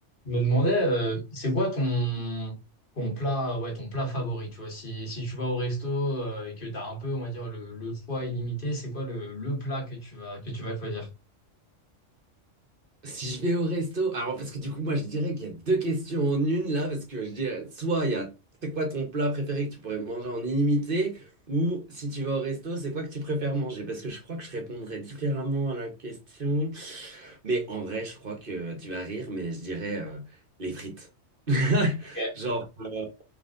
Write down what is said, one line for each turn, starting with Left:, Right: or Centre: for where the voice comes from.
Left: Je me demandais, euh, c'est quoi ton, ton plat, ouais, ton plat favori, tu vois, si, si tu vas au resto euh, et que tu as un peu, on va dire, le, le choix illimité, c'est quoi le, le plat que tu vas, que tu vas choisir?
Right: Si je vais au resto, alors parce que du coup, moi je dirais qu'il y a deux questions en une là, parce que je dirais soit il y a c'est quoi ton plat préféré que tu pourrais manger en illimité, ou si tu vas au resto, c'est quoi que tu préfères manger? Parce que je crois que je répondrais différemment à la question. Mais en vrai, je crois que tu vas rire, mais je dirais euh, les frites. <laughs>
Left: Ok.
Right: Genre, euh,